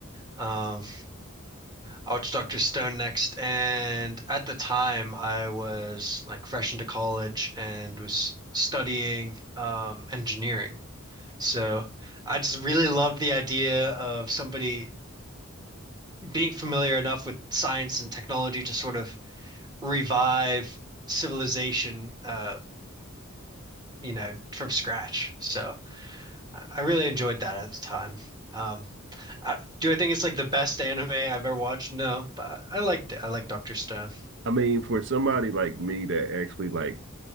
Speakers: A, on the right (about 20°); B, on the right (about 60°).
A: Um, I watched Dr. Stone next, and at the time I was like fresh into college and was studying um, engineering. So I just really loved the idea of somebody being familiar enough with science and technology to sort of revive civilization, uh, you know, from scratch. So I I really enjoyed that at the time. Um, I, do I think it's like the best anime I've ever watched? No, but I liked it. I like Dr. Stone.
B: I mean, for somebody like me that actually like